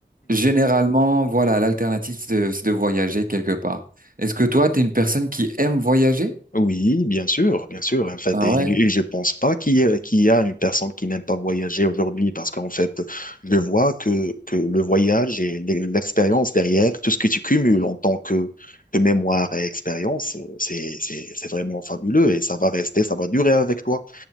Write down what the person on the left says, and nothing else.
oui, bien sûr, bien sûr. En fait,
et,
et je pense pas qu'il y a, qu'il y a une personne qui n'aime pas voyager aujourd'hui parce qu'en fait, je vois que, que le voyage et l'e- l'expérience derrière, tout ce que tu cumules en tant que, que mémoire et expérience, euh, c'est, c'est, c'est vraiment fabuleux et ça va rester, ça va durer avec toi.